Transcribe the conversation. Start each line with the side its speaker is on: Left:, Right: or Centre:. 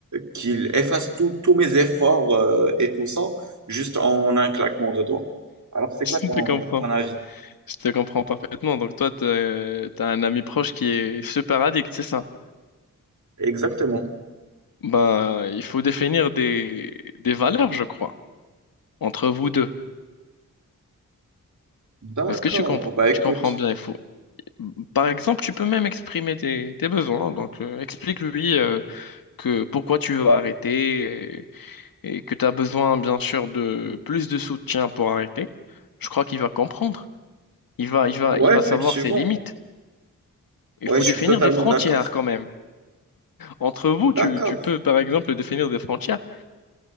Right: qu'il efface tout- tous mes efforts euh, et tout ça, juste en un claquement de doigts. Alors, c'est
Left: je
Right: quoi ton,
Left: te comprends.
Right: ton avis?
Left: Je te comprends parfaitement. Donc toi, t'as t'as un ami proche qui est super addict, c'est ça?
Right: Exactement.
Left: Bah, il faut définir des, des valeurs, je crois, entre vous deux.
Right: D'accord.
Left: Est-ce que tu comp-
Right: Bah écoute,
Left: tu comprends bien? Il faut... Par exemple, tu peux même exprimer tes, tes besoins. Donc, euh, explique-lui euh, que pourquoi tu veux arrêter et, et que tu as besoin, bien sûr, de plus de soutien pour arrêter. Je crois qu'il va comprendre. Il va, il va,
Right: ouais,
Left: il va
Right: effectivement.
Left: savoir ses limites. Il
Right: Ouais,
Left: faut
Right: je
Left: définir
Right: suis totalement
Left: des frontières
Right: d'accord.
Left: quand même. Entre vous,
Right: D'accord.
Left: tu, tu peux par exemple définir des frontières